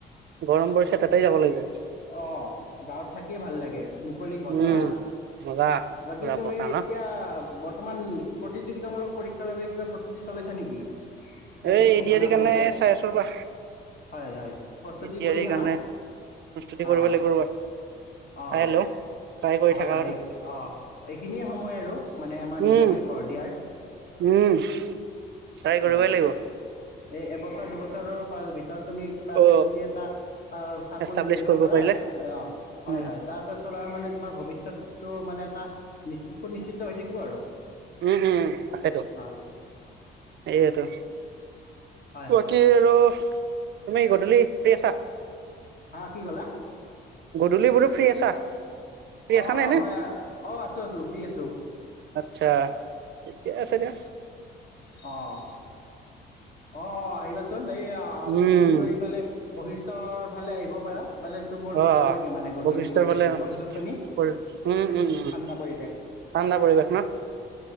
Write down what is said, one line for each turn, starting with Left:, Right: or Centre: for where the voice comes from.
Right: গৰম পৰিছে তাতে যাব লাগিব
Left: অ গাঁৱত থাকিয়ে ভাল লাগে মুকলি বটাাহ
Right: উম, মজা
Left: বাকী
Right: পুৰা
Left: তুমি
Right: বতাহ ন
Left: এতিয়া বৰ্তমান প্ৰতিযোগিতামূলক পৰীক্ষাৰ বাবে কিবা প্ৰস্তুতি চলাইছা নেকি এতিয়া
Right: এই
Left: যে
Right: এ
Left: ঘোষণা
Right: ডি আৰ ই কাৰণে
Left: কৰিছে
Right: চাই আছো ৰ'বা
Left: হয় হয় প্ৰস্তুতি
Right: এতিয়াৰে
Left: কৰি থাকা
Right: কাৰণে প্ৰস্তুতি কৰিব
Left: অ
Right: লাগিব ৰ'বা
Left: অ
Right: চাই লওঁ ট্ৰাই কৰি
Left: হয়
Right: থকা
Left: হয় এই অ এইখিনিয়ে সময় আৰু মানে আমাৰ নিজকে
Right: উম
Left: গঢ় দিয়াৰ
Right: উম ট্ৰাই কৰিবই
Left: হয়
Right: লাগিব
Left: এই এবছৰ দুবছৰৰ পাছ ভিতৰত তুমি কিবাকে
Right: অ
Left: যদি এটা চাকৰি
Right: এষ্টাব্লিছ
Left: লৈ ল'ব
Right: কৰিব
Left: পাৰা
Right: পাৰিলে
Left: অ অ হয়
Right: উম
Left: হয় তাৰপাছত আৰু মানে তোমাৰ ভৱিষ্যয়ত ত মানে এটা নি সুনিশ্চিত হৈ থাকিব আৰু
Right: উম উম উম তাকেইতো
Left: অ',
Right: সয়েতো
Left: হয়, হয়।
Right: বাকী আৰু তুমি গধূলি ফ্ৰ্ৰী আছা
Left: হা কি কলা
Right: গধূলিবোৰো ফ্ৰী আছা ফ্ৰী আছা
Left: অ
Right: নে এনে
Left: হয় অ আছো আছো ফ্ৰী আছো
Right: চা থিকে আছে দে
Left: অ অ অ আহিবাচোন এই আমিতো
Right: উম
Left: এইফালে বহি তৰ ভালে আহিব পাৰা বেলেগতটো বৰ
Right: অ
Left: ভাল লাগে মানে গধূলি
Right: বশিষ্ঠৰ
Left: পৰিৱেশটো
Right: ফালে
Left: গছ গছনি
Right: উম
Left: তাকেতো
Right: উম উম
Left: ঠাণ্ডা পৰিবেশ
Right: ঠাণ্ডা পৰিৱেশ ন